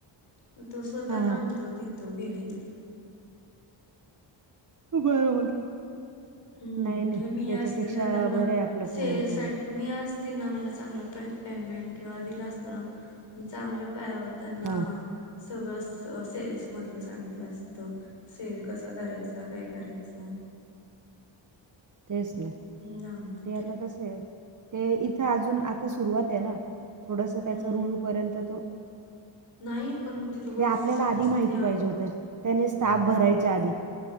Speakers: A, on the left; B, on the right.
A: म तो स्वतः
B: हा
A: थांबतो तिथं बिलिंगला.
B: बरोबर.
A: हम्म
B: नाही नाही
A: मी
B: त्याच्यापेक्षा
A: असते त त्यांना
B: बरं आहे आपलं
A: सेलसाठी,
B: पुण्यात वगैरे
A: मी असते ना मला चांगलं प पेमेंट किंवा दिला असतना. मी चांगलं प त्यांना
B: हा
A: सगळं सेल्स मधलं सांगितलं असतं. सेल कसं करायच. काय करायचं.
B: तेच ना.
A: जाऊन दे
B: ते आता कसय. ते इथं अजून आता सुरुवाते ना. थोडस त्याच
A: हम्म
B: रुळूपर्यंत तो
A: <inaudible> पण तिथं गर्दी
B: ते आपल्याला
A: खूप
B: आधी
A: असते
B: माहिती
A: आहो
B: पाहिजे होत. त्याने स्टाफ भरायच्या आधी.